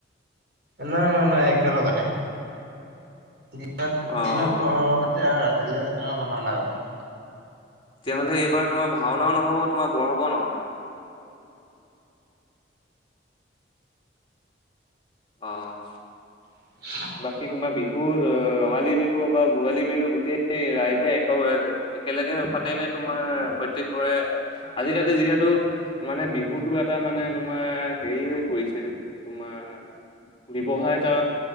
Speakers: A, on the right; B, on the left.
A: নাই নাই নাই একেলগতে। দিনত
B: অ'।
A: দিনত বৰসবাহ পাতে আৰু ৰাতি দ এটা ভাওনা পাতে।
B: তেতিয়াহ'লে এইবাৰ তোমাৰ ভাওনাও নহ'ব তোমাৰ বৰসবাহো নহ'ব ন। আহ।
A: <inaudible>
B: বাকী তোমাৰ বিহুৰ ৰঙালী বিহু বা ভোগালী বিহু গোটেই ৰাইজে এক একে লাগে পাতে আও পাতে নে তোমাৰ প্ৰত্যেক ঘৰে আজিকালি যিহেতু মানে বিহুটো এটা মানে মানে তোমাৰ হেৰি হৈ পৰিছে তোমা ব্যৱসায় টা